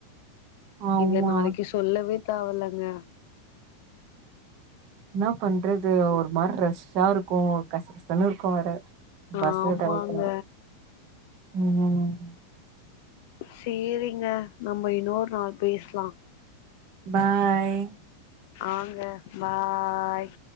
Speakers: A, on the right; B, on the left.
A: ஆமா
B: இதுல நாளைக்கு சொல்லவே தேவலங்க
A: என்னா பண்றது ஒரு மார ரஷ்ஷா இருக்கும் கச கசன்னு இருக்கும் வேற பஸ்ல
B: ஆமாங்க
A: டிராவல் பண்ணும்போது உம்
B: சரிங்க நம்ம இன்னொரு நாள் பேசலாம்
A: பாய்
B: ஆங்க பாய்